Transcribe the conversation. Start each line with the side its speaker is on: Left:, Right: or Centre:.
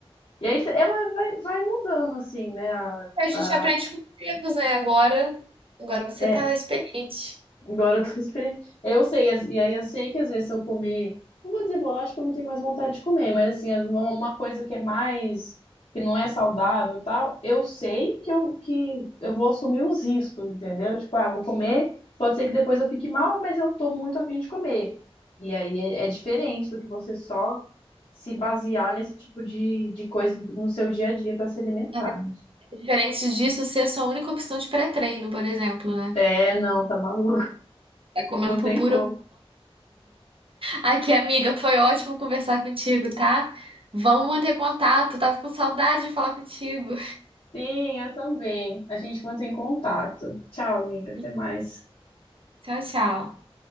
Left: E aí cê- é, mas vai, vai mudando, assim, né? A,
Right: A gente
Left: a-
Right: aprende com os erros, né? Agora, agora você
Left: é,
Right: tá experiente.
Left: agora eu tô <laughs> esperando. Eu sei, as- e aí eu sei que às vezes se eu comer. Não vou dizer bolacha que eu não tenho mais vontade de comer, mas assim, as- uma, uma coisa que é mais, que não é saudável e tal, eu sei que eu, que eu vou assumir os riscos, entendeu? Tipo, ah, vou comer, pode ser que depois eu fique mal, mas eu tô muito a fim de comer. E aí é, é diferente do que você só se basear nesse tipo de, de coisa no seu dia a dia para se alimentar,
Right: É
Left: né?
Right: diferente disso ser a sua única opção de pré-treino, por exemplo, né?
Left: É, não, tá maluco. <laughs>
Right: Tá comendo
Left: Não
Right: por
Left: tem
Right: puro
Left: como.
Right: Aqui, amiga, foi ótimo conversar contigo, tá? Vamos manter contato. Tava com saudade de falar contigo.
Left: Sim, eu também. A gente mantém contato. Tchau, amiga. Até
Right: <laughs>
Left: mais.
Right: Tchau, tchau.